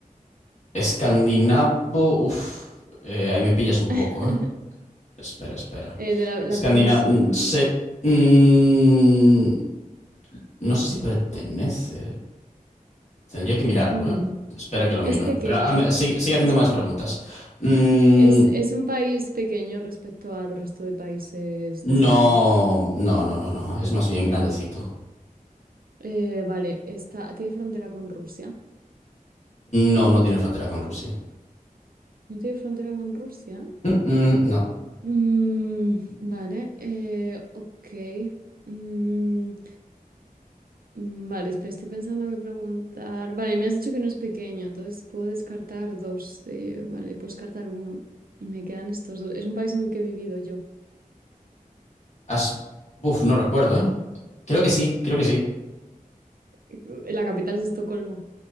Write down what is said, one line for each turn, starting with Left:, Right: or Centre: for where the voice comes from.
Left: Escandinavo. Uf, eh, ahí me pillas un poco,
Right: <laughs>
Left: ¿eh? Espera, espera.
Right: Eh, de la, la
Left: Escandinavo.
Right: península.
Left: Se... mm, no sé si pertenece. Tendría que mirarlo,
Right: Mm,
Left: ¿eh? Espera que lo
Right: es
Left: miro.
Right: pequeño.
Left: Pero hazme- sigue, sigue
Right: es
Left: haciendo más preguntas. Mm,
Right: Es, es un país pequeño respecto al resto de países de esa
Left: No,
Right: zona.
Left: no, no, no, no. Es más bien grandecito.
Right: Eh, vale, está, tiene frontera con Rusia.
Left: No, no tiene frontera con Rusia.
Right: ¿No tiene frontera con Rusia?
Left: Mm, mm, no.
Right: Mm, vale, eh, ok. Mm, mm, vale, espera, estoy pensando que preguntar. Vale, me has dicho que no es pequeño, entonces puedo descartar dos. eh, vale, puedo descartar uno. Me quedan estos dos. Es un país en el que he vivido yo.
Left: As- Uf, no recuerdo, ¿eh? Creo que sí, creo que sí.
Right: Eh, La capital es Estocolmo.